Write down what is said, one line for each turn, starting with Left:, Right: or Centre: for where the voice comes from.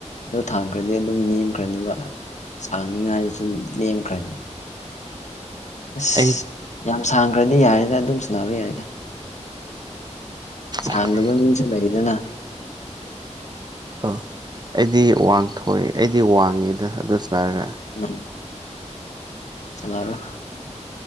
Left: ꯑꯗꯨ ꯊꯥꯡꯈ꯭ꯔꯗꯤ ꯑꯗꯨꯝ ꯅꯦꯝꯈ꯭ꯔꯅꯦꯕ ꯁꯥꯡꯅꯤꯉꯥꯏꯗꯨꯁꯨ ꯅꯦꯝꯈ꯭ꯔꯅꯤ ꯑꯁ
Right: ꯑꯩꯠ
Left: ꯌꯥꯝ ꯁꯥꯡꯈ꯭ꯔꯗꯤ ꯌꯥꯔꯦꯗ ꯑꯗꯨꯝ ꯏꯁꯅꯕ ꯌꯥꯏꯗ ꯁꯥꯡꯗꯕ
Right: ꯍꯥꯏꯕ꯭ꯔꯣ
Left: ꯃꯤꯁꯨ ꯂꯩꯗꯅ
Right: ꯑ ꯑꯩꯗꯤ ꯋꯥꯡꯊꯣꯏ ꯑꯩꯗꯤ ꯋꯥꯡꯉꯦꯗ ꯑꯗꯨ ꯏꯁꯔꯒ
Left: ꯎꯝ ꯁꯅꯔꯣ